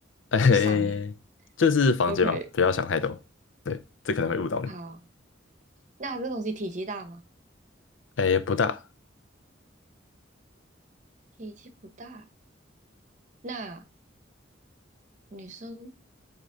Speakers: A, on the left (about 85°); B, on the right (about 40°).
A: 哎，
B: 就上面
A: 这是房间嘛，
B: 都可以。
A: 不要想太多。对，这可能会误导你。
B: 好，那这东西体积大吗？
A: 哎，不大，
B: 体积不大。那女生